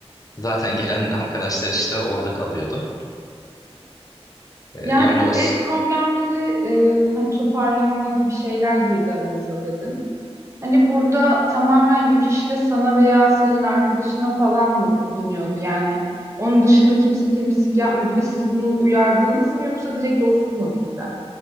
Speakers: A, on the left; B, on the right.
A: Zaten gelen arkadaşlar işte orada kalıyordu. E,
B: Yani
A: Yani
B: bu
A: o
B: ev problemleri e, hani toparlamama gibi şeyler girdi aramıza dedin. Hani burada tamamen yük işte sana veya senin arkadaşına falan mı biniyordu yani? Onun dışında kimse temizlik yapmıyordu ve siz bunu uyardınız mı yoksa direkt dostluk mu bitti?